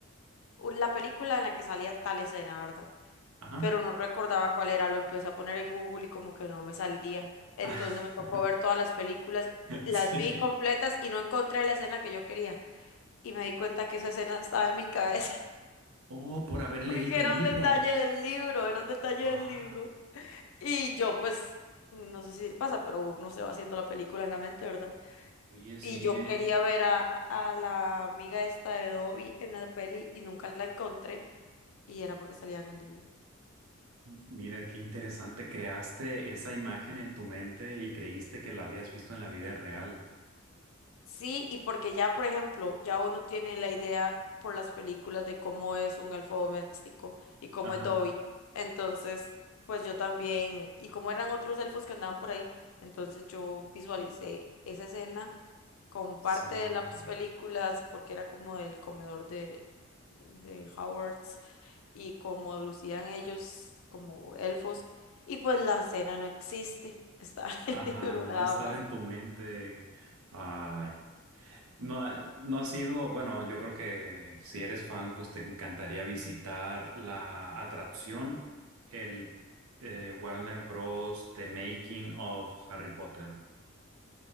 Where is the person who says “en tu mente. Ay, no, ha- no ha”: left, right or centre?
Right